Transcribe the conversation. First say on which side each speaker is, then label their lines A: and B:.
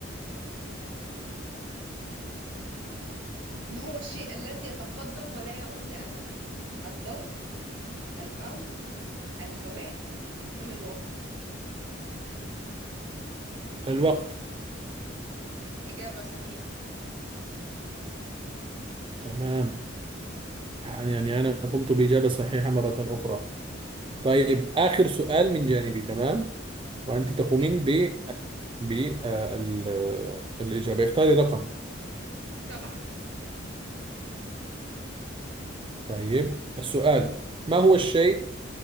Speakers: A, on the right (about 75°); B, on the right (about 25°).
A: ما هو الشيء الذي يتقدم ولا يعود أبدا الضوء الموج الهواء أم الوقت
B: الوقت
A: إجابة صحيحة
B: تمام يعني أنا قمت بإجابة صحيحة مرة أخرى طيب آخر سؤال من جانبي تمام وأنت تقومين
A: أوكي
B: ب ب آه، ال- الإجابة اختاري رقم
A: سبعة
B: طيب السؤال ما هو الشيء